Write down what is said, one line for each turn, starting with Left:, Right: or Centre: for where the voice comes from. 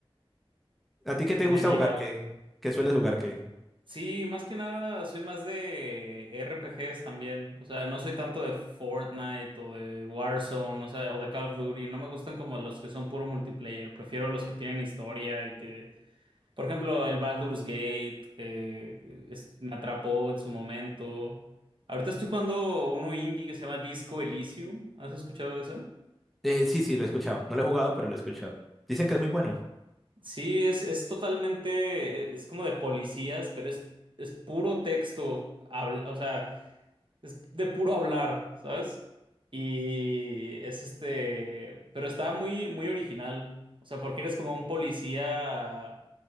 Centre: ¿A ti qué
Right: Es
Centre: te gusta
Right: medieval.
Centre: jugar? ¿Qué, qué sueles jugar? ¿Qué?
Right: Sí, más que nada soy más de RPGs también. O sea, no soy tanto de Fortnite o de Warzone, o sea, o de Call of Duty. No me gustan como los que son puro multiplayer. Prefiero los que tienen historia y que, por ejemplo, el Baldur's Gate eh, es- me atrapó en su momento. Ahorita estoy jugando uno indie que se llama Disco Elysium. ¿Has escuchado de eso?
Centre: Eh, sí, sí, lo he escuchado. No lo he jugado, pero lo he escuchado. Dicen que es muy bueno,
Right: Sí, es, es totalmente, e, es como de policías, pero es, es puro texto. Habla- o sea... Es de puro hablar, ¿sabes? Y es este, pero está muy, muy original. O sea, porque eres como un policía